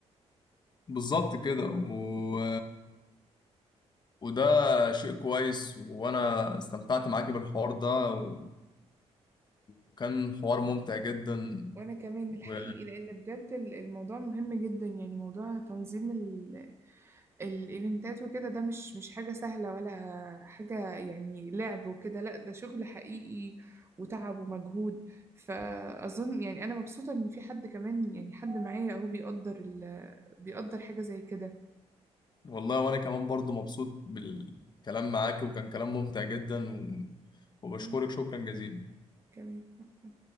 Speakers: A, on the left (about 40°); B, on the right (about 20°).
A: بالظبط كده و... وده شيء كويس وانا استمتعت معاك بالحوار ده و... وكان حوار ممتع جدا
B: وأنا كمان الحقيقي
A: و...
B: لأن بجد ال- الموضوع مهم جدا يعني موضوع تنظيم ال... الإيفنتات وكده ده مش مش حاجة سهلة ولا حاجة يعني لعب وكده لأ ده شغل حقيقي وتعب ومجهود فأظن يعني أنا مبسوطة إن في حد كمان يعني حد معايا أهو بيقدر ال... بيقدر حاجة زي كده
A: والله وانا كمان برضو مبسوط بالكلام معاك وكان كلام ممتع جدا و... وبشكرك
B: أنا
A: شكرا جزيلا
B: كمان